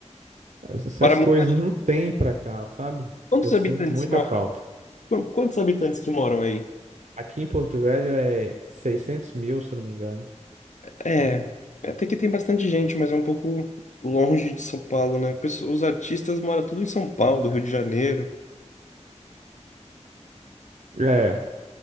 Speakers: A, on the right; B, on the left.
A: essas essas
B: Para muita
A: coisas não tem pra cá, sabe?
B: Quantos
A: Eu
B: habitantes
A: sinto muita
B: moram?
A: falta.
B: Qu- Quantos habitantes que moram aí?
A: Aqui em Porto Velho é seiscentos mil, se eu não me engano.
B: É, até que tem bastante gente, mas é um pouco longe de São Paulo, né? Pesso- Os artistas moram tudo em São Paulo, Rio de Janeiro,
A: É,